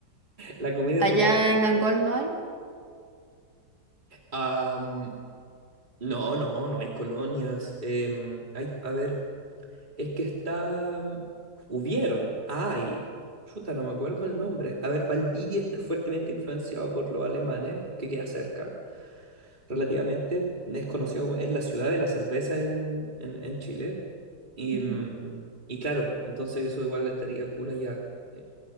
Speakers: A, on the right; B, on the right.
A: La comida
B: Allá
A: es rica.
B: en Angol no hay.
A: Am, no, no, no hay colonias. Em, hay, a ver, es que está... Hubieron, ay Chuta, no me acuerdo el nombre. A ver, Valdivia está fuertemente influenciado por los alemanes, que queda cerca. relativamente, es conocido como, es la ciudad de la cerveza en, en, en Chile. Y,
B: Ujú.
A: mm, y claro, entonces eso igual estaría cool allá. Eh,